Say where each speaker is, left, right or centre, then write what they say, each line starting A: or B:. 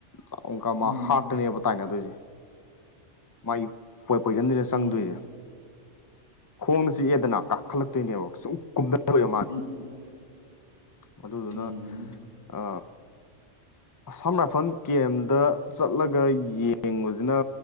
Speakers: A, on the left; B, on the left.
A: ꯆꯥꯎ ꯀꯃꯥ
B: ꯎꯝ
A: ꯍꯥꯠꯇꯅꯦꯕ ꯇꯥꯏꯅ ꯗꯣꯏꯖꯦ ꯃꯥꯒꯤ ꯄꯣꯏ ꯄꯣꯏꯖꯟꯖꯤꯗ
B: ꯎꯝ
A: ꯆꯪꯗꯣꯏꯖꯦ ꯈꯣꯡꯗ ꯆꯤꯛꯑꯦꯗꯅ ꯀꯥꯈꯠꯂꯛꯇꯣꯏꯅꯦꯕ ꯁꯨꯝ ꯀꯨꯝꯗꯔꯣꯏꯕ ꯃꯥ
B: ꯎꯝ
A: ꯑꯗꯨꯗꯨꯅ
B: ꯎꯝ
A: ꯑ ꯑꯁꯥꯝ ꯔꯥꯏꯐꯜ ꯀꯦꯝꯗ ꯆꯠꯂꯒ ꯌꯦꯡꯕꯖꯤꯅ